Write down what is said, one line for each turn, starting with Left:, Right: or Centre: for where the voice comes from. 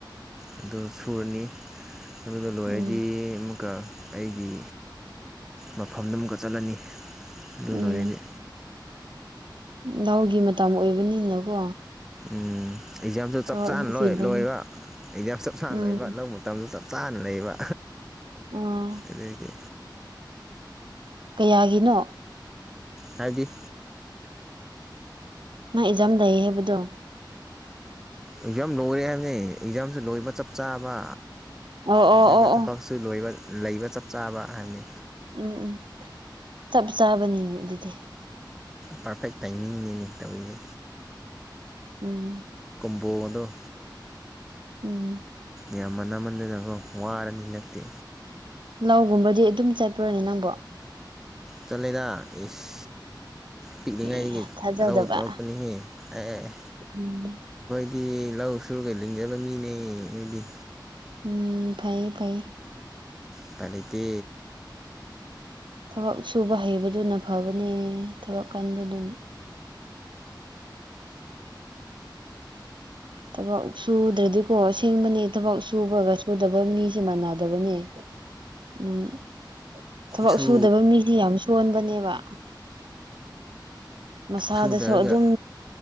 Centre: ꯑꯗꯨ ꯁꯨꯔꯅꯤ ꯑꯗꯨꯒ ꯂꯣꯏꯔꯗꯤ
Right: ꯎꯝ
Centre: ꯑꯃꯨꯛꯀ ꯑꯩꯒꯤ ꯃꯐꯝꯗ ꯑꯃꯨꯛꯀ ꯆꯠꯂꯅꯤ ꯗꯨ
Right: ꯎꯝ
Centre: ꯂꯣꯏꯔꯗꯤ
Right: ꯂꯧꯒꯤ ꯃꯇꯝ ꯑꯣꯏꯕꯅꯤꯅꯀꯣ
Centre: ꯎꯝ ꯑꯦꯛꯖꯥꯝꯁꯨ
Right: ꯊꯕꯛ
Centre: ꯆꯞ ꯆꯥꯅ
Right: ꯑꯃ
Centre: ꯂꯣꯏ
Right: ꯆꯤꯟꯗꯣꯏꯅꯤ
Centre: ꯂꯣꯏꯕ ꯑꯦꯛꯖꯥꯝ ꯆꯞ ꯆꯥꯅ
Right: ꯎꯝ
Centre: ꯂꯣꯏꯕ ꯂꯧ ꯃꯇꯝꯁꯨ ꯆꯞ ꯆꯥꯟꯅ ꯂꯩꯕ
Right: ꯑꯣ
Centre: ꯑꯗꯒꯤ
Right: ꯀꯌꯥꯒꯤꯅꯣ
Centre: ꯍꯥꯏꯕꯗꯤ
Right: ꯅꯪ ꯑꯦꯛꯖꯥꯥꯝ ꯂꯩ ꯍꯥꯏꯕꯗꯣ
Centre: ꯑꯦꯛꯖꯥꯝ ꯂꯣꯏꯔꯦ ꯍꯥꯏꯕꯅꯤ ꯑꯦꯛꯖꯥꯝꯁꯨ ꯂꯣꯏꯕ ꯆꯞ ꯆꯥꯕ
Right: ꯑꯣ ꯑꯣ
Centre: ꯑꯗꯨꯒ
Right: ꯑꯣ
Centre: ꯊꯕꯛꯁꯨ
Right: ꯑꯣ
Centre: ꯂꯣꯢꯕ ꯂꯩꯕ ꯆꯞ ꯆꯥꯕ ꯍꯥꯏꯕꯅꯤ
Right: ꯎꯝ ꯎꯝ ꯆꯞ ꯆꯥꯕꯅꯤꯅꯦ ꯑꯗꯨꯗꯤ
Centre: ꯄꯥꯔꯐꯦꯛ ꯇꯥꯏꯃꯤꯡꯅꯤꯅꯦ ꯇꯧꯔꯤꯁꯦ
Right: ꯎꯝ
Centre: ꯕꯣꯗꯣ
Right: ꯎꯝ
Centre: ꯌꯥꯝꯃꯟꯃꯟꯗꯅꯀꯣ ꯋꯥꯔꯅꯤ ꯅꯠꯇꯦ
Right: ꯂꯧꯒꯨꯝꯕꯗꯤ ꯑꯗꯨꯝ ꯆꯠꯄ꯭ꯔꯣꯅꯦ ꯅꯪꯕꯣ
Centre: ꯆꯠꯂꯦꯗ ꯏꯁ ꯄꯤꯛꯂꯤꯉꯩꯗꯒꯤ
Right: ꯑꯦ ꯊꯥꯖꯗꯕ
Centre: ꯂꯧ ꯇꯧꯔꯛꯄꯅꯤꯍꯦ ꯑꯦ ꯑꯦ ꯑꯦ
Right: ꯎꯝ
Centre: ꯗꯤ ꯂꯧ ꯁꯨꯔꯒ ꯂꯤꯡꯖꯕ ꯃꯤꯅꯦ ꯑꯩꯗ
Right: ꯎꯝ ꯐꯩꯌꯦ ꯐꯩꯌꯦ
Centre: ꯎꯄꯥꯢ ꯂꯩꯇꯦ
Right: ꯊꯕꯛ ꯁꯨꯕ ꯍꯩꯕꯗꯨꯅ ꯐꯕꯅꯦ ꯊꯕꯛ ꯀꯟꯕꯗꯨ ꯊꯕꯛ ꯁꯨꯗ꯭ꯔꯗꯤꯀꯣ ꯑꯁꯦꯡꯕꯅꯦ ꯊꯕꯛ ꯁꯨꯕꯒ ꯁꯨꯗꯕ ꯃꯤꯁꯦ ꯃꯥꯟꯅꯗꯕꯅꯦ ꯎꯝ ꯊꯕꯛ
Centre: ꯁꯨ
Right: ꯁꯨꯗꯕ ꯃꯤꯁ ꯌꯥꯝ ꯁꯣꯟꯕꯅꯦꯕ ꯃꯁꯥꯗꯁꯨ
Centre: ꯁꯨꯗꯔꯒ
Right: ꯑꯗꯨꯝ